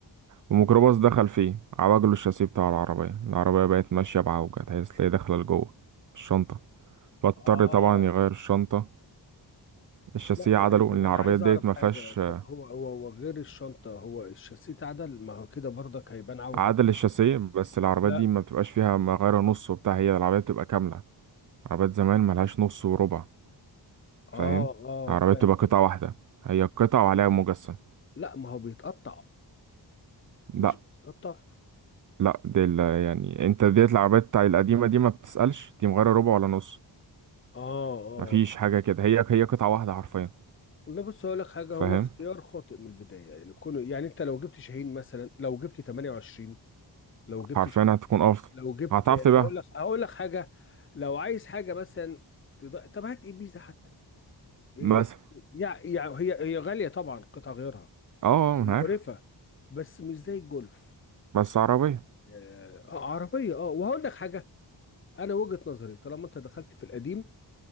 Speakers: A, on the right (about 45°); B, on the left (about 30°).
A: وميكروباص دخل فيه عوجله الشاسيه بتاع العربية العربية بقت ماشية بعوجة تحس هي داخلة لجوه الشنطة فاضطر
B: اه
A: طبعا يغير الشنطة الشاسيه
B: لا يعني
A: عدله
B: يعني طب
A: لأن العربيات
B: انا عايز
A: ديت
B: اعرف
A: ما فيهاش
B: حاجه
A: آه،
B: طب هو هو هو غير الشنطه هو الشاسيه اتعدل ما هو كده برضك هيبان عوجه
A: عدل الشاسيه بس العربيات
B: لا
A: دي ما بتبقاش فيها مغير نص وبتاع هي العربية بتبقى كاملة عربيات زمان ملهاش نص وربع فاهم
B: اه اه
A: العربية
B: فاهم
A: بتبقى قطعة
B: قصدك.
A: واحدة هي قطعة وعليها مجسم
B: لا ما هو بيتقطع مش
A: لا
B: بيتقطع
A: لا دي ال- يعني انت ديت العربيات بتاع القديمة دي ما بتسألش دي مغيرة ربع ولا نص
B: اه اه
A: مفيش حاجة كده هي هي قطعة واحدة حرفيا
B: والله بص هقول لك حاجه
A: فاهم
B: هو اختيار خاطئ من البدايه يعني كونه يعني انت لو جبت شاهين مثلا لو جبت 28 لو جبت
A: حرفيا
B: شاهين
A: هتكون افضل
B: لو جبت
A: هتعرف تبيعها
B: هقول لك هقول لك حاجه لو عايز حاجه مثلا تض... طب هات ابيزا حتى إيه،
A: مثلا
B: يعني يعني هي هي غالية طبعا قطع غيارها
A: اه
B: ومقرفة
A: آه، انا عارف
B: بس مش زي الجولف
A: بس عربية
B: آه آه، عربية اه وهقول لك حاجة أنا وجهة نظري طالما أنت دخلت في القديم